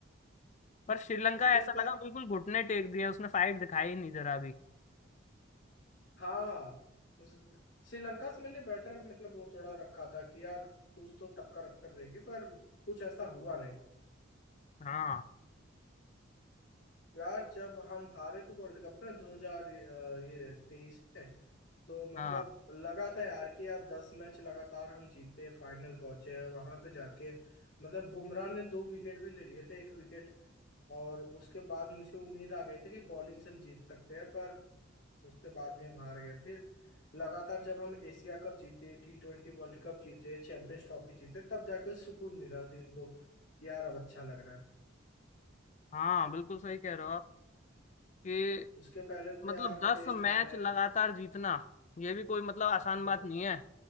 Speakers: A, on the left; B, on the left.
A: पर श्रीलंका
B: मुझे
A: ऐसा
B: तो
A: लगा बिल्कुल घुटने टेक दिए उसने फाइट दिखाई नहीं जरा भी
B: हाँ श्रीलंका से मैंने बेटर मतलब वो थोड़ा रखा था कि यार कुछ तो टक्कर रख कर देगी पर कुछ ऐसा हुआ नहीं
A: हाँ
B: यार जब हम हारे थे वर्ल्ड कप में दो हजार ये तेईस में तो मतलब
A: हाँ
B: लगा था यार कि यार दस मैच लगातार हम जीते फाइनल पहुंचे और वहां पे जाके मतलब बुमराह ने दो विकेट भी ले लिए थे एक विकेट और उसके बाद मुझे उम्मीद आ गई थी कि बॉलिंग से हम जीत सकते हैं पर उसके बाद भी हम हार गए फिर लगातार जब हम एशिया कप जीते टी ट्वेंटी वर्ल्ड कप जीते चैंपियंस ट्रॉफी जीते तब जाके सुकून मिला दिल को यार अब अच्छा लग रहा है
A: हाँ बिल्कुल सही कह रहे हो आप कि
B: उसके पहले तो
A: मतलब
B: यार
A: दस
B: टेस्ट
A: मैच
B: हारे
A: लगातार जीतना ये भी कोई मतलब आसान
B: हैं
A: बात नहीं है